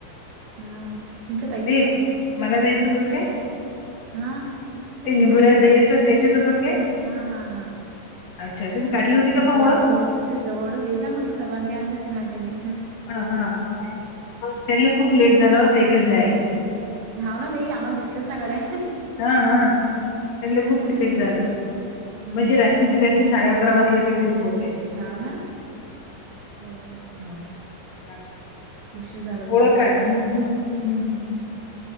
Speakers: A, on the right; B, on the left.
A: ह तुमच्या ताईसोबत
B: ते मला ताईसोबत काय?
A: हा त्या
B: ते
A: निबुऱ्याला
B: निबुरायला
A: दिला
B: ताई असतात
A: त्या
B: त्याच्यासोबत काय
A: हा हा हा
B: अच्छा तुम्ही काढली होती.
A: म्हटलं
B: का मग
A: माझं
B: ओळख
A: घर इथंच आहे जवळच ये जा म्हटलं सर्वांनी आमचा चहा घ्याले.
B: हा हा. त्यांना खूप लेट झाला होता ताई घरी जाया.
A: हाव ना नाही आम्हाला, दिसलेच ना गड्या.
B: हा हा. त्यानला खूप लेट
A: दिवस
B: झालं.
A: समज हम्म
B: म्हणजे
A: हम्म
B: रात्रीचे त्यानला, साडे अकरा वाजले होते घरी पोहचायले.
A: हाव ना बरोबर आहे हो.
B: हा.
A: उशीर झाला असे
B: ओळख
A: कार्यक्रमाचा.
B: काय हम्म हम्म हम्म.